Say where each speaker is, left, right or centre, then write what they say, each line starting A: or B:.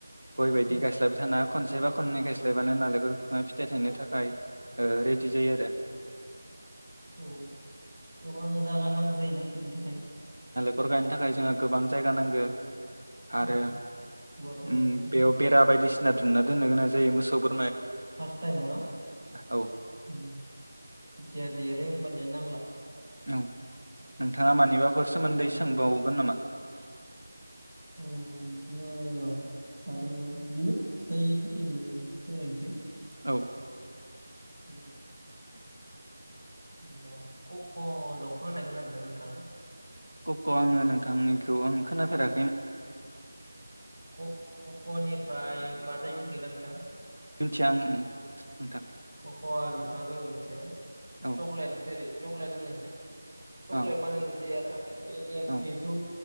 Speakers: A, on the right; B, on the right.
A: गयबायायदि
B: औ
A: गायस्लायबा थानाङा। खन बा खननै गाययस्लायबानो नालेंखल बिफिङा फिथाइ थायनो थाखाय रेडि जायो आरो।
B: औ गोबां जागा नांगौ जायो ना फैनो थाखाय
A: खर गायनो थाखाय जोंहा गोबां जायगा नांगौ आरो
B: उम गुवार जागा
A: ओम
B: नांगौ जायो।
A: बेयाव बेरा बायदिसि ना दुमना दोनन गोनां जायो मोसौ बोर
B: फार्स्ट टाइमाव नो
A: औ
B: ओम जेथिया देरो होमबानिया नांला।
A: औ नोंथाङा मानिबाफोर सोमोन्दै सोंबावगोन नामा?
B: अ बिदिनो र' आरो बिदिनो फिथाइफोरनिनो सावरायसै।
A: औ
B: उ जेनेबा क'क' दंफां होननाय खोनादों ना नोंथाङा
A: क'क'' आङो नोंथांनिखौ आं खोनाफेरा
B: क क क'निफ्राय मा जायो मिथिगोना नोंथां।
A: मिथिया आं नोंथां
B: कक'आ बिफां दङ मोनसे
A: औ
B: चकलेट जेरै चकलेट होनो एखो चक्लेट
A: औ
B: बानायनाय जायो आरो बे-बे-बेखौ
A: औ